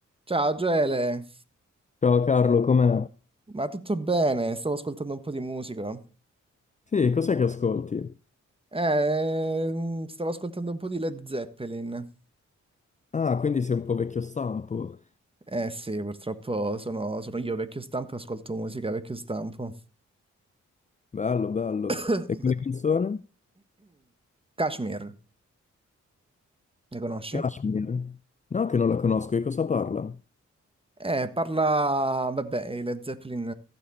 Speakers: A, on the right (about 15°); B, on the left (about 25°).
A: Ciao Gele,
B: Ciao Carlo, com'è?
A: ma tutto bene? Stavo ascoltando un po' di musica.
B: Sì, cos'è che ascolti?
A: Eh, mm, stavo ascoltando un po' di Led Zeppelin.
B: Ah, quindi sei un po' vecchio stampo.
A: Eh sì, purtroppo sono, sono io vecchio stampo e ascolto musica vecchio stampo.
B: Bello, bello.
A: <coughs>
B: E quella canzone?
A: Kashmir, le conosci?
B: Kashmir. No, che non la conosco, di cosa parla?
A: Eh, parla... Vabbè, i Led Zeppelin